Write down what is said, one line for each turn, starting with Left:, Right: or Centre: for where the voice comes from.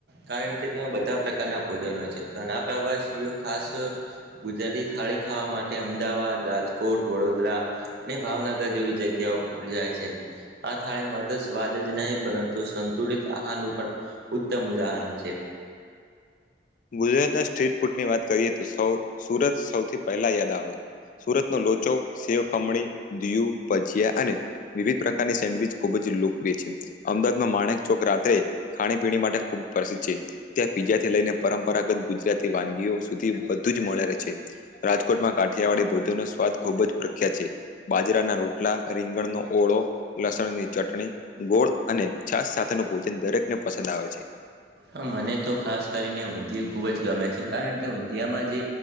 Right: કારણ કે તેમાં બધા પ્રકારના ભોજન હોય છે ઘણા પ્રવાસીઓ ખાસ, ગુજરાતી થાળી ખાવા માટે અમદાવાદ રાજકોટ વડોદરા અને ભાવનગર જેવી જગ્યાઓ પર જાય છે, આ થાળી માત્ર સ્વાદ જ નહી પરંતુ સંતુલીત આહારનું પણ ઉત્તમ ઉદાહરણ છે.
Left: ગુજરાતના સ્ટ્રીટ ફૂડ ની વાત કરીએ તો સુરત સૌથી પહેલા યાદ આવે. સુરત નો લોચો સેવખમણી, દીયું ભજીયા અને વિવિધ પ્રકારની સેન્ડવીચ ખુબ જ લોકપ્રિય છે. અમદાવાદમાં માણેક ચોક રાત્રે ખાણી પીણી માટે ખૂબ પ્રસિદ્ધ છે, ત્યાં પીજા થી લઈને પરંપરાગત ગુજરાતી વાનગીઓ સુધી બધું જ મળે રહે છે, રાજકોટમાં કાઠિયાવાડી ભોજન ખુબ જ પ્રખ્યાત છે, બાજરાના રોટલા રીંગણનો ઓળો, લસણની ચટણી. ગોળ અને છાસ સાથેનુ ભોજન દરેક ને પસંદ આવે છે.
Right: હ મને તો ખાસ કરીને ઊંધીયું ખુબ જ ગમે છે કારણ કે ઊંધીયામાં જે